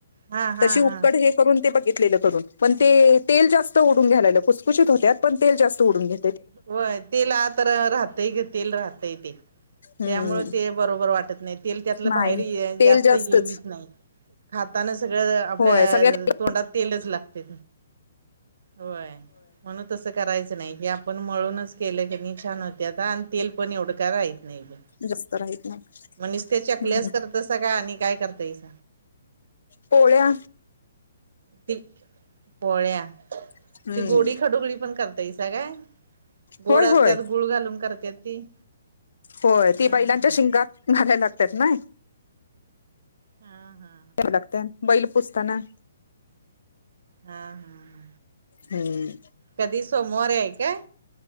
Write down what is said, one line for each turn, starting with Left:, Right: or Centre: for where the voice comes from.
Right: हा हा
Left: तशी उकड
Right: हा
Left: हे ते बघितले करून पण तेल जास्त ओढुन घ्याय खुसखुशीत होत्यात पण तेल जास्त ओढुन घे
Right: होय तेल आ तर राहतय ग तेल राहतय ते त्यामुळे
Left: हम्म
Right: ते बरोबर वाटत नाही तेल त्यातल
Left: नाही
Right: बाहेर
Left: तेल
Right: जास्त
Left: जास्तच
Right: हे व्हत नाही खाताना सगळं आपल्या
Left: होय सगळ्यात
Right: तोंडात तेलच लागते होय म्हणून तसं करायचं नाही हे आपण मळूनच केले की नाही छान होते आता आणि तेल पण एवढं का राहत नाही बी
Left: जास्त राहत
Right: मग निसत्या त्या
Left: नाही
Right: चकल्याच करत सग आणि काय करतायस
Left: पोळ्या
Right: त पोळ्या
Left: हम्म
Right: ती गोडी खडोगळी पण करते काय गोड
Left: होय
Right: असत्या
Left: होय
Right: गुळ घालून करत्यात ती
Left: होय
Right: हा
Left: ती बैलांच्या
Right: हा
Left: शिंगात घालायला लागतात ना
Right: हा हा
Left: व लागते बैल पुसताना
Right: हा हा हा
Left: हम्म
Right: कधी सोमवारी आहे काय